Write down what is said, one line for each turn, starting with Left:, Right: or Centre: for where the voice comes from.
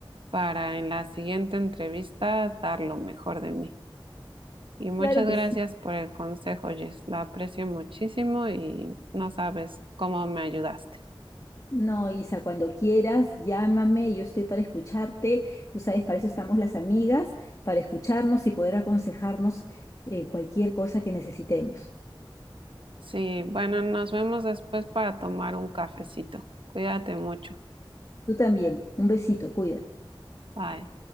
Right: para en la siguiente entrevista dar lo mejor de mí. Y muchas
Left: claro que
Right: gracias
Left: sí.
Right: por el consejo, Jess. Lo aprecio muchísimo y no sabes cómo me ayudaste.
Left: No, Isa, cuando quieras, llámame, yo estoy para escucharte. Tú sabes, para eso estamos las amigas, para escucharnos y poder aconsejarnos eh, cualquier cosa que necesitemos.
Right: Sí, bueno, nos vemos después para tomar un cafecito. Cuídate mucho.
Left: Tú también, un besito, cuídate.
Right: Bye.